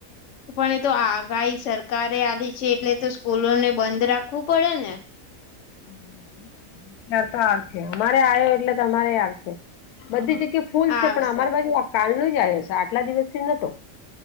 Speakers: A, on the left (about 65°); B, on the left (about 85°).
A: પણ એ તો આગાહી સરકારે આવી છે એટલે તો સ્કૂલોને બંધ રાખવું પડે ને.
B: <inaudible> તાર તો આવશે અમારે આયો એટલે તમારે આવશે બધી જગ્યા ફૂલ છે
A: આવશે
B: પણ અમારી બાજુ આ કાલ નો જ આવ્યો છે આટલા દિવસ થી નતો